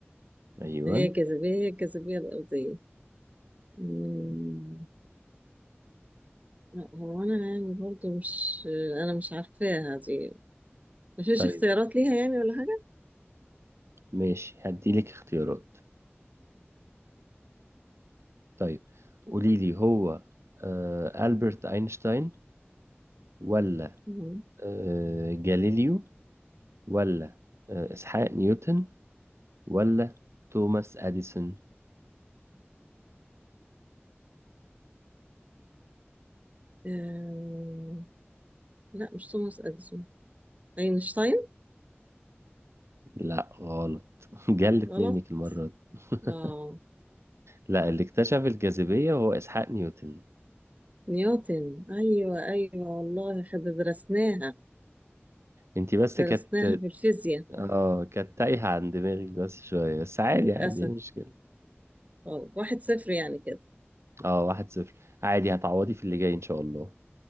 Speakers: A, on the right; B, on the right.
A: أيوة
B: هي الجاذبية هي الجاذبية الأرضية مم. لا هو أنا يعني برضو مش أنا مش عارفاها دي مفيش
A: طيب
B: اختيارات ليها يعني ولا حاجة
A: ماشي هديلك اختيارات طيب قوليلي هو آه ألبرت أينشتاين ولا
B: مم.
A: آه جاليليو ولا آه إسحاق نيوتن ولا توماس أديسون
B: آه... لا مش توماس أديسون أينشتاين
A: لا غلط <laughs> جلت
B: غلط
A: منك المرة دي <laughs>
B: آه
A: لا اللي اكتشف الجاذبية هو إسحاق نيوتن
B: نيوتن أيوة أيوة والله خد درسناها
A: انتي بس
B: درسناها
A: كانت
B: في الفيزياء
A: اه كانت تايهة عن دماغك بس شوية بس عادي
B: للأسف
A: عادي مش مشكلة
B: آه، واحد صفر يعني كده
A: اه واحد صفر عادي هتعوضي في اللي جاي إن شاء الله